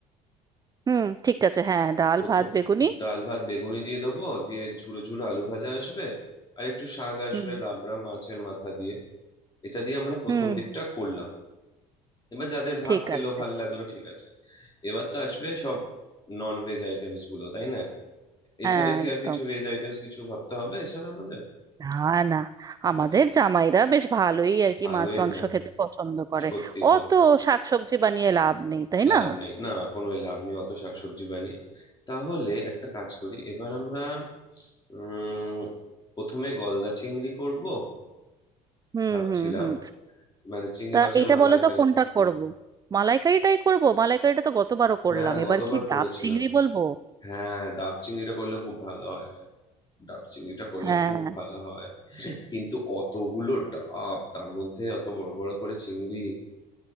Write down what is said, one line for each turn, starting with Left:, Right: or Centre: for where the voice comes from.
Right: হুম ঠিক আছে হ্যাঁ ডাল
Left: প্রথম
Right: ভাত বেগুনি
Left: ডাল ভাত বেগুনি দিয়ে দেবো দিয়ে ঝুরো ঝুরো আলু ভাজা আসবে আর একটু শাক আসবে
Right: হুম
Left: লাবড়া মাছের মাথা দিয়ে এটা দিয়ে আমরা প্রথম
Right: হুম
Left: দিকটা করলাম এবার যাদের ভাত
Right: ঠিক
Left: খেলো
Right: আছে
Left: ভাল লাগলো ঠিক আছে এবার তো আসবে সব নন ভেজ আইটেমস গুলো তাই না এছাড়া
Right: হ্যাঁ
Left: কি
Right: একদম
Left: আর কিছু ভেজ আইটেমস কিছু ভাবতে হবে এছাড়া আমাদের
Right: না না আমাদের
Left: আচ্ছা
Right: জামাইরা বেশ ভালোই আর কি
Left: ভালোই
Right: মাছ মাংস
Left: হ্যাঁ
Right: খেতে পছন্দ করে
Left: সত্যি সত্যি
Right: অত শাকসবজি বানিয়ে লাভ নেই তাই
Left: লাভ
Right: না
Left: নেই না কোনোই লাভ নেই অত শাকসবজি বানিয়ে তাহলে একটা কাজ করি এবার আমরা উম প্রথমে গলদা চিংড়ি করব
Right: হুম
Left: ভাবছিলাম
Right: হুম হুম
Left: মানে চিংড়ি
Right: তা
Left: মাছের
Right: এটা
Left: মালাইকারি
Right: বলো তো কোনটা
Left: হুম
Right: করব মালাইকারিটাই করব মালাইকারিটা তো গতবারও করলাম
Left: হ্যাঁ
Right: এবার
Left: গতবার
Right: কি
Left: করেছিলাম
Right: ডাব চিংড়ি বলবো
Left: হ্যাঁ ডাব চিংড়িটা করলে খুব ভালো হয় ডাব চিংড়িটা করলে
Right: হ্যাঁ
Left: খুব ভালো হয় কিন্তু অতগুলো ডাব তার মধ্যে অত বড় বড় করে চিংড়ি